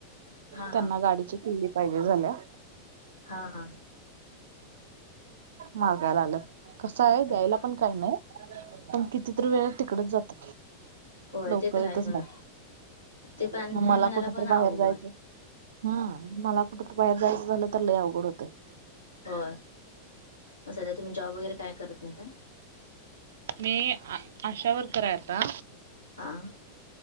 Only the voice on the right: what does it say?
त्यांना गाडीची किल्ली पाहिजे झाल्या
मागायला आलं कसं आहे
द्यायला पण काही नाही पण कितीत वेळ तिकडच जात
लवकर
येतच
नाही
म
मला
कुठतरी
बाहेर
जायचं हम मला कुठुरी बाहेर जायचं झालं तर लय अवघड होतं
मी आशा वर्कर आहे आता